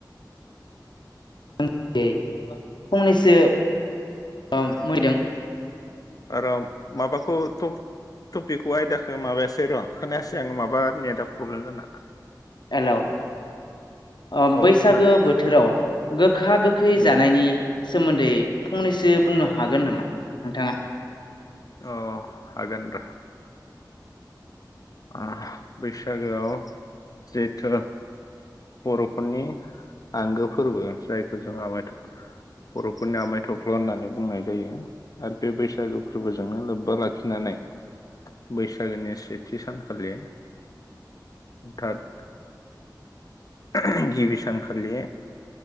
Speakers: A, on the left; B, on the left.
A: <unintelligible> फंनैसो ओ मैदों
B: र' माबाखौ टप टपिकखौ आयदाखौ माबायासै र' खोनायासै आङो माबा नेटा प्रब्लेम जाना।
A: हेलौ। ओ
B: औ
A: बैसागो
B: खोनादो
A: बोथोराव <unintelligible> गोखा गोखै
B: उम
A: जानायनि सोमोन्दै फंनैसो बुंनो हागोन नामा नोंथाङा?
B: अ हागोन र'। आ बैसागोआव जेथु बर'फोरनि आंगो फोरबो। जायखौ जों आमाइ थुख बर'फोरनि आमाइ थुख्लु होननानै बुंनाय जायो आरो बे बैसागो फोरबोजोंनो लोब्बा लाखिनानै बैसागोनि सि सेथि सानखालि दाथ <unintelligible> गिबि सानखालि